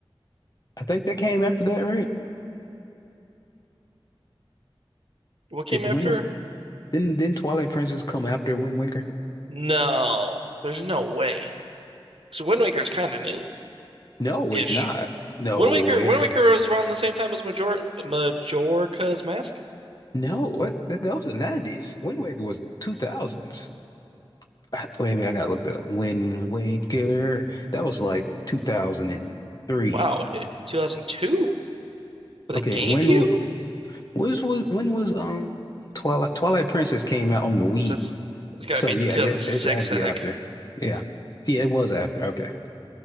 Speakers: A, on the left; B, on the right.
A: I think that came after that, right?
B: What came
A: Did
B: after?
A: Wind didn't didn't Twilight Princess come after Wind Waker?
B: No, there's no way. So Wind Waker is kind of new
A: No,
B: ish.
A: it's not. No
B: Wind Waker
A: way.
B: Wind Waker was around the same time as Major Majorca's Mask.
A: No, what that, that was the 90s. Wind Waker was 2000s. Ah, Wait a minute, I gotta look that up. Wind Waker. That was like 2003.
B: Wow, it- 2002 for the
A: Okay,
B: GameCube?
A: when wa- was was when was um Twilight Twilight Princess came out on the Wii?
B: So it's it's got
A: So
B: to be
A: yeah,
B: 2006,
A: it's, it's had to be
B: I think.
A: after. Yeah. Yeah, it was after. Okay.